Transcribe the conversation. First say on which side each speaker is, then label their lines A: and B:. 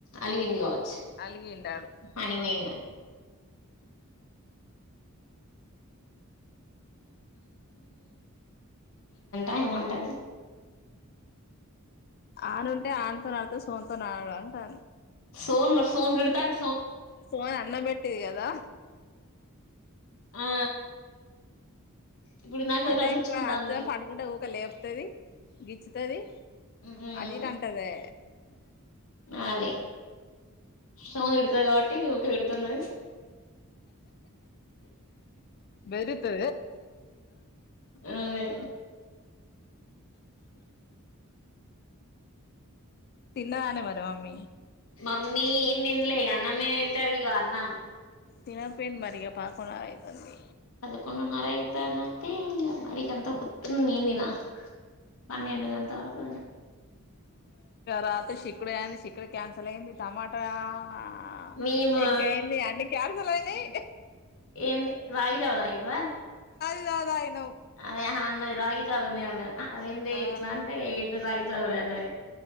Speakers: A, on the left; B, on the left.
A: అలిగింది కావచ్చు
B: అలిగిండాడు
A: అనిమయింద ఎ ఉంటది
B: ఆను ఉంటే ఆనుతోనిడుత సోంత కొన్నాడు అంటా
A: సోన్ మరి సోన్డుతాంట
B: సోన అన్నం పెెట్టది కదా
A: ఆ ఇప్పుడు నాకు అది
B: అదేక్కు
A: కసిరిచ్చుకుంటాంది
B: అస్త పడుకుంటే క లేపోతుది గిచ్చుతది
A: హమ్
B: అటు ఇటు అంటదే
A: గది సౌండ్ పెడ్తే పెడుతంద
B: బరితు
A: అదే
B: తిన్నదనే మరి మమ్మీ
A: మమ్మీ ఏం తంలేక అన్నమే తింటి ఇక అన్నం
B: తినపెన్ మరిగా పదకొండు ఆయితంది
A: పదకొండున్నర అయితదంటే ఇగ మరికంత పొద్దున్న నిందిన పన్నెండు గంట వరకు
B: రాత శీ కుడుగాయంది సిక్కుడు క్యాన్సల్ అయ్యింది తమాటా ఆ
A: మేము
B: ఎక్కేయండీ అన్ని కాన్సల్ అయినాయ్
A: ఏమి రాగి జావ తాగినవా
B: తాగిన
A: అదే అన్నది రాగి జావానే అన్న అ అదేందే
B: ఆ
A: ఇట్ల అంటే ఏందో రాగి జావానే నై